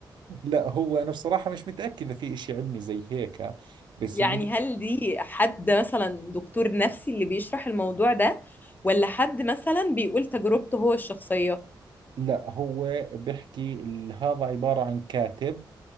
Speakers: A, on the right (about 65°); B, on the left (about 20°).
A: لا هو أنا بصراحة مش متأكد إذا في إشي علمي زي هيك بس
B: يعني
A: اللي
B: هل دي حد مثلا دكتور نفسي اللي بيشرح الموضوع ده ولا حد مثلا بيقول تجربته هو الشخصيه
A: لا هو بحكي ال- هذا عبارة عن كاتب